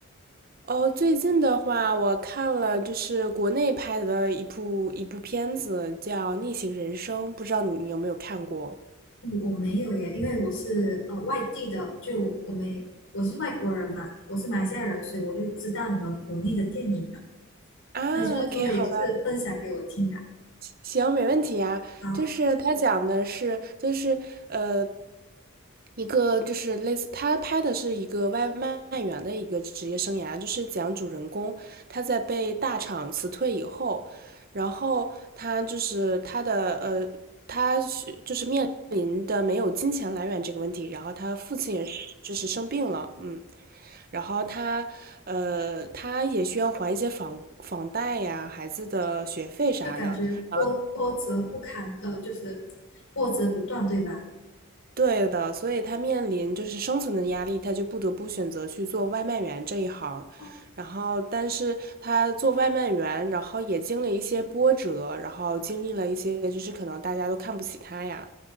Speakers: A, on the right; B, on the left.
A: 哦，最近的话，我看了就是国内拍的一部一部片子，叫《逆行人生》，不知道你你有没有看过？
B: 嗯我没有耶，因为我是呃外地的，就我没我是外国人嘛，我是马来西亚人，所以我就不知道你们国内的电影了。
A: 啊，OK，
B: 那你就是可不可以就是分享给我听啊？
A: 好吧，行，没问题呀。
B: 好，
A: 就是他讲的是，就是呃，一个就是类似，他拍的是一个外卖员的一个职业生涯，就是讲主人公他在被大厂辞退以后，然后他就是他的呃，他就是面临的没有金钱来源这个问题，然后他父亲也是就是生病了，嗯，然后他呃他也需要还一些房房贷呀、孩子的学费啥的，
B: 就感觉波波折不堪，
A: 然后。
B: 呃，就是波折不断，对吧？
A: 对的，所以他面临就是生存的压力，他就不得不选择去做外卖员这一行。
B: 哦，
A: 然后，但是他做外卖员，然后也经历一些波折，然后经历了一些就是可能大家都看不起他呀，